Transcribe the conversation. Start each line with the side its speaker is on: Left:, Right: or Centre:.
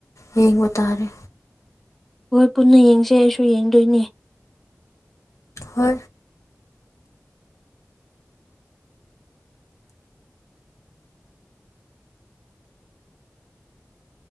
Left: ꯌꯦꯡꯕ ꯇꯥꯔꯦ
Centre: ꯍꯣꯏ ꯄꯨꯟꯅ ꯌꯦꯡꯁꯦ ꯑꯩꯁꯨ ꯌꯦꯡꯗꯣꯏꯅꯦ
Left: ꯍ